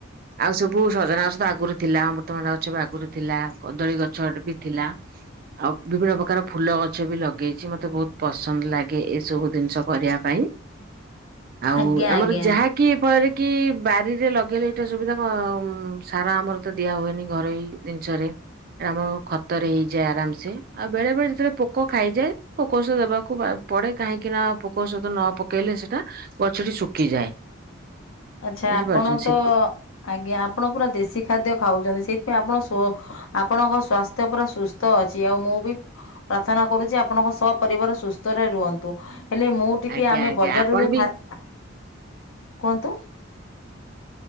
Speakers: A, on the right; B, on the left.
A: ଆଉ ସବୁ ସଜନା ଗଛ ତ ଆଗରୁ ଥିଲା ଅମୃତଭଣ୍ଡା ଗଛ ବି ଆଗରୁ ଥିଲା କଦଳୀ ଗଛ ଟେ ବି ଥିଲା। ଆଉ ବିଭିନ୍ନ ପ୍ରକାର ଫୁଲ ଗଛ ବି ଲଗେଇଛି ମତେ ବହୁତ ପସନ୍ଦ ଲାଗେ ଏ ସବୁ ଜିନିଷ। ପରିବା ପାଇଁ ଆଉ
B: ଆଜ୍ଞା
A: ଆମର
B: ଆଜ୍ଞା
A: ଯାହାକି ଫଳରେ କି ବାରିରେ ଲଗେଇଲେ ଏଇଟା ସୁବିଧା କ ସାର ଆମର ତ ଦିଆ ହୁଏନି ଘରୋଇ ଜିନିଷରେ ଆମ ଖତରେ ହେଇଯାଏ ଆରାମ ସେ ଆଉ ବେଳେ ବେଳେ ଯେତେବେଳେ ପୋକ ଖାଇଯାଏ ପୋକ ଓଷଦ ଦେବାକୁ ବା ପଡେ କାହିଁକି ନା ପୋକ ଓସଧ ନ ପକେଇଲେ ସେଟା ଗଛଟି ଶୁଖିଯାଏ।
B: ଆଚ୍ଛା
A: ବୁଝିପାରୁଛନ୍ତି
B: ଆପଣ ତ
A: ସେ
B: ଆଜ୍ଞା ଆପଣ ପୁରା ଦେଶୀ ଖାଦ୍ୟ ଖାଉଛନ୍ତି ସେଇଥିପାଇଁ ଆପଣ ପ ଆପଣଙ୍କ ସ୍ଵାସ୍ଥ୍ୟ ପୁରା ସୁସ୍ଥ ଅଛି। ଆଉ ମୁଁ ବି ପ୍ରାର୍ଥନା କରୁଛି ଆପଣଙ୍କ ସପ ପରିବାର ସୁସ୍ଥ ରେ ରୁହନ୍ତୁ। ହେଲେ ମୁଁ ଟିକେ
A: ଆଜ୍ଞା
B: ଆମେ
A: ଆଜ୍ଞା
B: ବଜାରରୁ
A: ଆପଣ ବି
B: ଖା କୁହନ୍ତୁ?